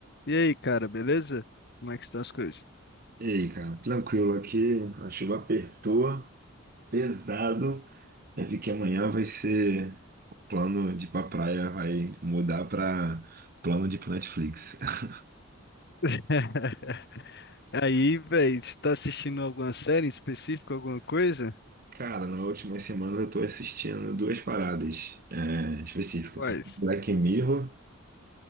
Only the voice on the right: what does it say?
E aí, cara, tranquilo aqui, a chuva apertou, pesado. Eu vi que amanhã vai ser plano de ir pra praia, vai mudar pra plano de ir pro Netflix. <laughs>
Cara, na última semana eu tô assistindo duas paradas é, específicas.
Black Mirror,